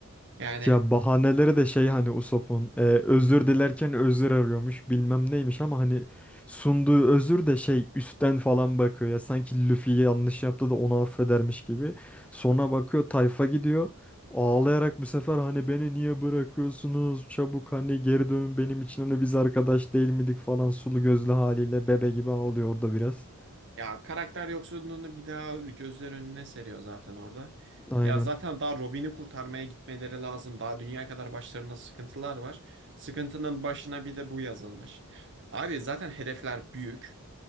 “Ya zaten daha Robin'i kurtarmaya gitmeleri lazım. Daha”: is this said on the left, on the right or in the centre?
Right